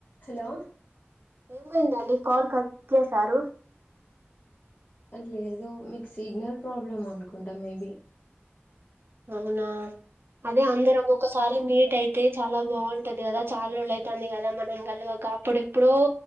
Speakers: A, on the left; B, on the right.
A: Hello
B: ఏమైందండి call cut చేసారు
A: లేదు మీకు సిగ్నల్ ప్రాబ్లమ్ అనుకుంటా మేబి
B: అవునా అదే అందరం ఒకోక్కసారి మీట్ అయితే చాలా బాగుంటది కదా చాలా రోజులైతాంది కదా మనం కలువక అప్పుడెప్పుడు